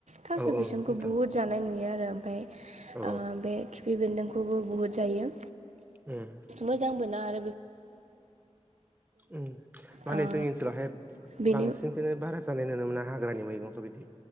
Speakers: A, on the right; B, on the right.
A: थास'
B: औ
A: बिसंखौ
B: नोंथां
A: बहुद जानाय नुयो आरो ओमफ्राय ओ
B: औ
A: बे खिफि बेन्दोंखौबो बुहुत जायो।
B: ओम
A: मोजां मोना आरो बे
B: ओं माने
A: ओ
B: जोंनि ओन्सोलावहाय
A: बेनि
B: बांसिनखौनो बारा जानाय नुनो मोना हाग्रानि मैगंफोर बिदि।